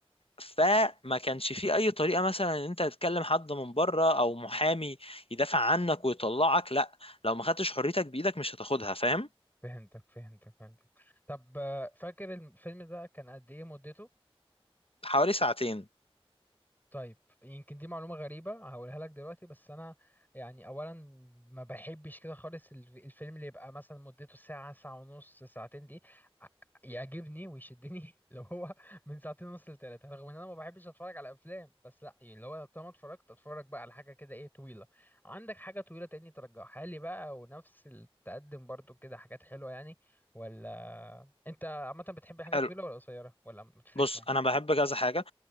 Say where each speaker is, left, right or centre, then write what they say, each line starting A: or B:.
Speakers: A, on the left; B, on the left.
A: فما كانش فيه اي طريقه مثلا ان انت تتكلم حد من بره او محامي يدافع عنك ويطلعك لا لو ما خدتش حريتك بايدك مش هتاخدها فاهم
B: فهمتك فهمتك فهمتك طب آه، فاكر الفيلم ده كان قد ايه مدته
A: حوالي ساعتين
B: طيب يمكن دي معلومة غريبة هقولها لك دلوقتي بس أنا يعني أولا ما بحبش كده خالص الف- الفيلم اللي يبقى مثلا مدته ساعة ساعة ونص ساعتين دي ع- يعجبني ويشدني <laughs> لو هو من ساعتين ونص لتلاتة رغم إن أنا ما بحبش أتفرج على أفلام بس لأ يعني لو أنا طالما اتفرجت أتفرج بقى على حاجة كده إيه طويلة عندك حاجة طويلة تاني ترجعها لي بقى ونفس التقدم برضو كده حاجات حلوة يعني ولا أنت عامة بتحب الحاجات
A: حلو
B: الطويلة ولا قصيرة ولا ما بتفرقش
A: بص
B: معاك
A: انا بحب كذا حاجه